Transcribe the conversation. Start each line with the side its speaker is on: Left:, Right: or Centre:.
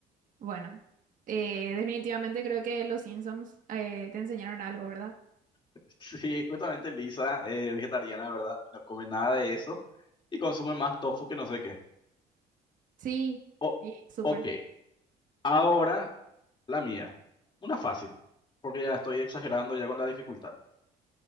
Right: bueno, eh, definitivamente creo que los Simpsons eh, te enseñaron algo, ¿verdad?
Left: <laughs> sí, justamente Lisa es vegetariana, ¿verdad? Y no come nada de eso y consume más tofu que no sé qué.
Right: Sí,
Left: O-
Right: Sí. súper.
Left: ok, ahora La mía. Una fácil, porque ya estoy exagerando ya con la dificultad.